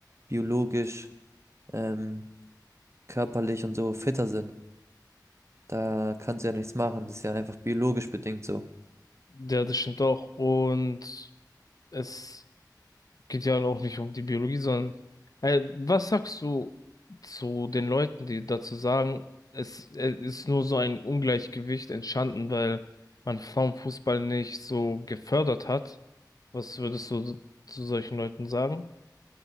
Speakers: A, on the right (about 40°); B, on the left (about 55°).
A: biologisch, ähm, körperlich und so fitter sind. Da kannst du ja nichts machen. Das ist ja einfach biologisch bedingt so.
B: Ja, das stimmt auch. Und es geht ja auch nicht um die Biologie, sondern äh, was sagst du zu den Leuten, die dazu sagen, es, es ist nur so ein Ungleichgewicht entstanden, weil man Frauenfußball nicht so gefördert hat? Was würdest du zu solchen Leuten sagen?